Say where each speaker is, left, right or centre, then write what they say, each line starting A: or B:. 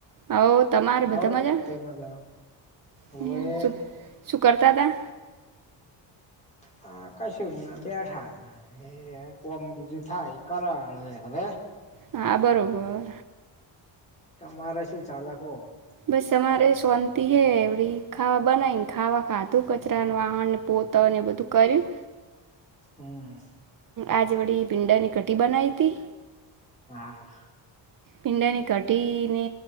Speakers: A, on the right; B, on the left.
A: હો તમારે
B: હવ
A: બધા મજા?
B: મજા હોવે
A: હ સુ સુું કરતા હતા?
B: હ કશું નહી આ બેઠા, એ કોમ બીજું થાય. કરા આણે હવે.
A: હા બરોબર.
B: તમારે શું ચાલે કો?
A: બસ અમારે. શોંતી હે એડી ખાવા બનાવીને ખાવા ખાધું કચરા વાહણ ને પોતને બધું કર્યું.
B: હમ્મ
A: આજે વળી ભીંડાની કઢી બનાઇતી
B: આહ.
A: ભીંડાની કઢી ને